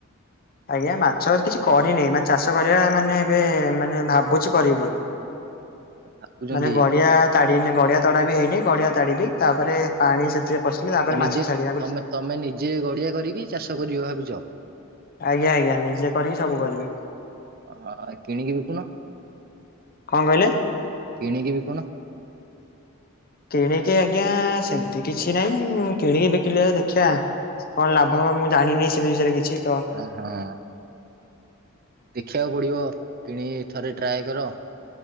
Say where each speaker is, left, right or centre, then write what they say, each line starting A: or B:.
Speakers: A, on the left; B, on the right.
A: ଆଜ୍ଞା ମାଛ କିଛି କରିନି ମାନେ ଚାଷ କରିବା ମାନେ ଏବେ ମାନେ ଭାବୁଛି କରିବି ବୋଲି।
B: <inaudible> ଭାବୁଛନ୍ତି
A: ମାନେ ଗଡିଆ
B: କି?
A: ତାଡିନି ଗଡିଆ ତଡା ବି ହେଇନି ଗଡିଆ ତାଡିବି, ତାପରେ ପାଣି ସେଥିରେ ପଶିଲେ ତାପରେ
B: ନିଜେ
A: ମାଛ ଛାଡିବାକୁ
B: ତମେ ତମେ ନିଜେ ଗଡିଆ କରିକି ଚାଷ କରିବ ଭାବିଛ।
A: ଆଜ୍ଞା ଆଜ୍ଞା ନିଜେ କରିକି ସବୁ କରିବି।
B: ଆ କିଣିକି ବିକୁନ।
A: କଣ କହିଲେ?
B: କିଣିକି ବିକୁନ?
A: କିଣିକି ଆଜ୍ଞା, ସେମିତି କିଛି ନାହିଁ। କିଣିକି ବିକିଲେ ଦେଖିବା। କଣ ଲାଭ ହବ। ମୁଁ ଜାଣିନି ସେ ବିଷୟରେ କିଛି ତ
B: ଓହୋ ଦେଖିବାକୁ ପଡିବ, କିଣିିକି ଥରେ ଟ୍ରାଏ କର।